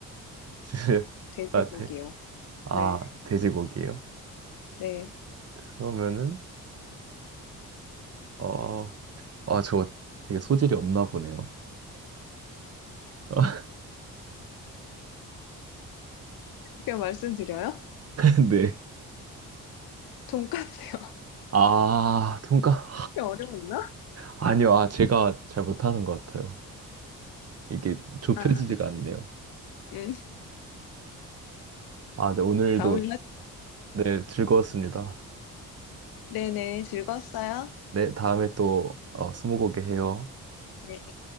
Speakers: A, on the right (about 40°); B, on the left (about 75°).
A: <laughs> 주 재료,
B: 돼지고기요.
A: 아, 돼, 아,
B: 네,
A: 돼지고기예요?
B: 네.
A: 그러면은, 어, 아, 저 되게 소질이 없나 보네요. <laughs>
B: 그냥 말씀드려요?
A: 네.
B: 돈까스요. <laughs>
A: 아, 돈까?
B: 그게 어려웠나?
A: 아니요, 아, 제가 잘 못하는 것 같아요. 이게 좁혀지지가
B: 아,
A: 않네요.
B: 음.
A: 아, 네, 오늘도
B: 다음에
A: 네, 즐거웠습니다.
B: 네네, 즐거웠어요.
A: 네, 다음에 또 어, 스무고개 해요.
B: 네.